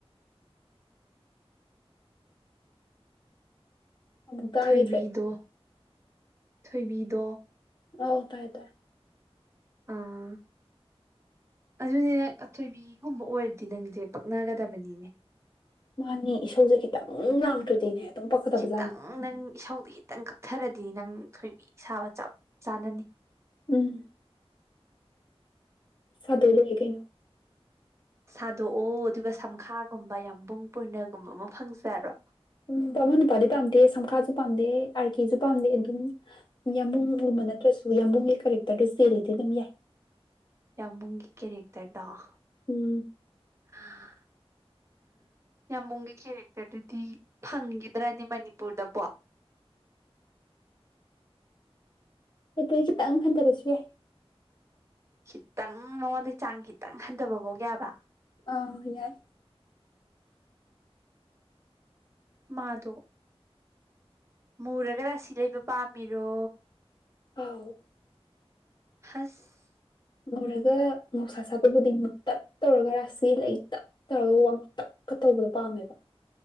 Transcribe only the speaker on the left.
ꯑꯃꯨꯛ ꯇꯥꯈꯤꯗ꯭ꯔꯦ
ꯑꯣ ꯇꯥꯏ ꯇꯥꯏ
ꯃꯥꯅꯦ ꯏꯁꯧꯖꯦ ꯈꯤꯇꯪ ꯂꯥꯡꯗ꯭ꯔꯗꯤꯅꯦ ꯑꯗꯨꯝ ꯄꯛꯀꯗꯕꯖꯥꯠꯅꯤ
ꯎꯝ ꯁꯥꯗꯣ ꯂꯣꯏꯔꯦ ꯀꯩꯅꯣ
ꯎꯝ ꯕꯃꯣꯟ ꯅꯨꯄꯥꯗꯤ ꯄꯥꯝꯗꯦ ꯁꯝꯈꯥꯁꯨ ꯄꯥꯝꯗꯦ ꯑꯥꯔ ꯀꯁꯨ ꯄꯥꯝꯗꯦ ꯑꯗꯨꯝ ꯌꯥꯝꯕꯨꯡꯒꯨꯝꯕ ꯅꯠꯇ꯭ꯔꯖꯨ ꯌꯥꯝꯕꯨꯡꯒꯤ ꯀꯦꯔꯦꯛꯇꯔꯗꯣ ꯆꯦꯜꯂꯗꯤ ꯑꯗꯨꯝ ꯌꯥꯏ
ꯎꯝ
ꯑꯗꯩ ꯈꯤꯇꯪ ꯍꯟꯊꯔꯁꯨ ꯌꯥꯏ
ꯑꯥ ꯌꯥꯏ
ꯑꯥꯎ
ꯉꯧꯔꯒ ꯉꯧꯁꯥ ꯁꯥꯠꯄꯕꯨꯗꯤ ꯃꯨ ꯇꯞ ꯇꯧꯔꯒ ꯔꯥꯁꯤ ꯂꯩ ꯇꯞ ꯇꯧꯔꯒ ꯋꯥꯡꯇꯞꯀꯥ ꯇꯧꯕꯗꯣ ꯄꯥꯝꯃꯦꯕ